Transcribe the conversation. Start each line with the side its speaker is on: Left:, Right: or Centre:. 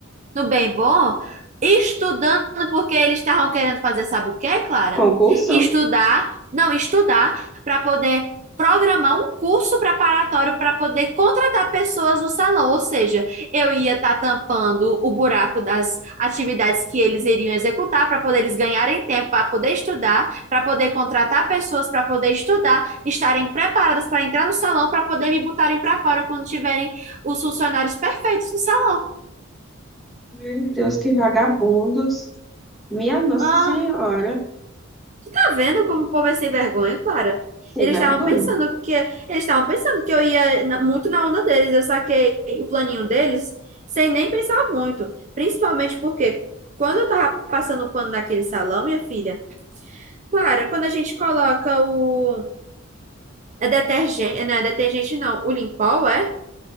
Right: no bem bom, estudando porque eles estavam querendo fazer, sabe o que, Clara?
Centre: concurso?
Right: Estudar, não, estudar para poder programar um curso preparatório para poder contratar pessoas no salão, ou seja, eu ia estar tampando o buraco das atividades que eles iriam executar para poder eles ganharem tempo para poder estudar, para poder contratar pessoas para poder estudar, estarem preparadas para entrar no salão para poder me botarem para fora quando tiverem os funcionários perfeitos no salão.
Centre: Meu Deus, que vagabundos. Minha Nossa
Right: Ah.
Centre: Senhora,
Right: Tá vendo como o povo é sem vergonha, Clara?
Centre: sem
Right: Eles
Centre: vergonha.
Right: estavam pensando que eles estavam pensando que eu ia na- muito na onda deles. Eu saquei o planinho deles sem nem pensar muito, principalmente porque quando eu tava passando o pano naquele salão, minha filha, Clara, quando a gente coloca o é detergente, não é detergente não, o Limpol é?